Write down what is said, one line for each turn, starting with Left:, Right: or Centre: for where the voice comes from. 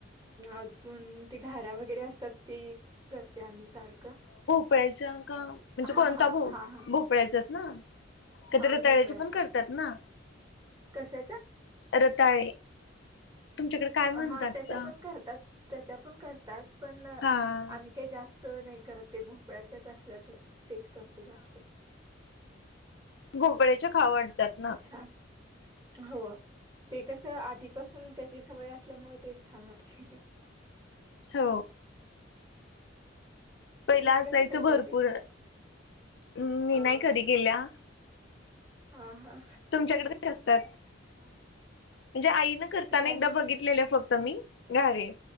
Right: अजून ते घाऱ्या वगैरे असतात ते करते <unintelligible> <inaudible>
Left: <inaudible> का म्हणजे
Right: हां,
Left: कोणत्या
Right: हां.
Left: <unintelligible>
Right: हां, हां.
Left: भोपळ्याच्याच ना <unintelligible>
Right: हां,
Left: रताळ्याचे
Right: भोपळ्याच्याच.
Left: पण करतात ना
Right: कशाच्या?
Left: रताळे तुमच्याकडे काय म्हणतात
Right: हा त्याच्या पण करतात त्याच्या पण करतात पण आम्ही
Left: हा
Right: काय जास्त नाही करत ते भोपळ्याच्याच असल्या तर तेच करतो जास्त
Left: भोपळ्याचे <inaudible> त्यात ना
Right: छान. हो ते कसं आधीपासून त्याची सवय असल्यामुळे तेच छान वाटतय
Left: हो पहिला
Right: तुम्ही
Left: असायचं
Right: कशी करताय
Left: भरपूर
Right: ते?
Left: मी
Right: हां.
Left: नाही कधी केल्या.
Right: हां, हां.
Left: तुमच्याकडे असतात म्हणजे आई- ने करताना
Right: काय
Left: एकदा बघितलेले फक्त मी घारी